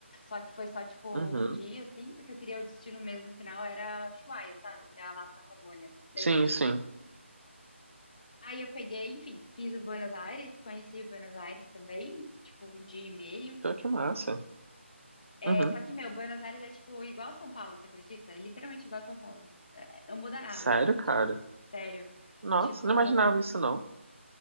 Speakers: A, on the left; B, on the right.
A: só que foi só, tipo,
B: Uhum.
A: um dia, assim, porque eu queria o destino mesmo final, era Ushuaia, sabe? Que é lá na Patagônia, da
B: Sim,
A: Argentina.
B: sim.
A: Aí eu peguei, enfim, fiz o Buenos Aires, conheci o Buenos Aires também, tipo, um dia e meio.
B: Então, que massa.
A: É,
B: Uhum.
A: só que, meu, Buenos Aires é, tipo, igual São Paulo, você acredita? É literalmente igual São Paulo. É, Não muda nada,
B: Sério,
A: assim,
B: cara?
A: tipo, sério.
B: Nossa,
A: Tipo,
B: não imaginava isso, não.